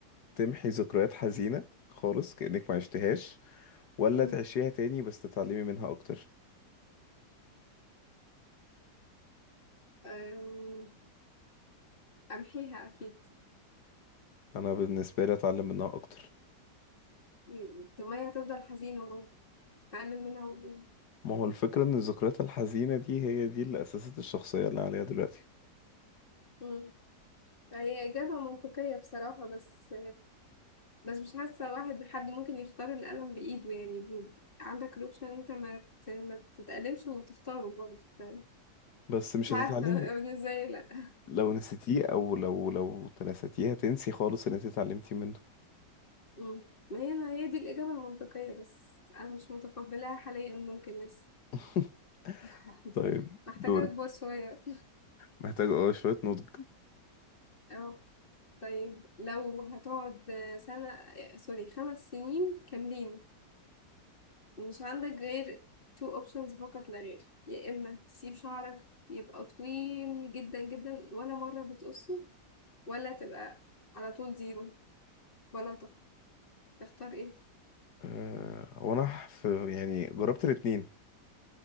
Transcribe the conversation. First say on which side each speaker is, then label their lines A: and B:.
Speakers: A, on the left; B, on the left.
A: تمحي ذكريات حزينة خالص كأنك ما عشتهاش ولا
B: مم.
A: تعيشيها تاني بس تتعلمي منها اكتر
B: أم، أمحيها أكيد
A: انا بالنسبة لي اتعلم منها اكتر
B: مم. طب ما هي هتفضل حزينة برضه تتعلم منها وال-
A: ما هو الفكرة ان الذكريات الحزينة دي هي دي اللي اسست الشخصية اللي عليها دلوقتي
B: مم. هي إجابة منطقية بصراحة بس بس مش حاسة واحد حد ممكن يختار القلم بإيده يعني ب- عندك الأوبشن إن أنت ما ت- ما تتألمش وتختاره برضه ف-
A: بس مش
B: مش عارفة
A: هتتعلمي
B: <laughs> بالنسبة لي لأ
A: لو نسيتيه او لو لو تناستيه هتنسي خالص اللي انت اتعلمتي منه
B: مم. ما هي أنا هي دي الإجابة المنطقية بس أنا مش متقبلاها حاليا ممكن لسه
A: <laughs>
B: <laughs>
A: طيب
B: محتاجة
A: دورك
B: أكبر شوية
A: محتاج اه شوية نضج
B: اه طيب لو هتقعد سنة سوري خمس سنين كاملين ومش عندك غير two options فقط لا غير يا إما تسيب شعرك يبقى طويل جدا جدا ولا مرة بتقصه ولا تبقى على طول زيرو بلاطة تختار ايه
A: أه هو انا ح- في يعني جربت الاتنين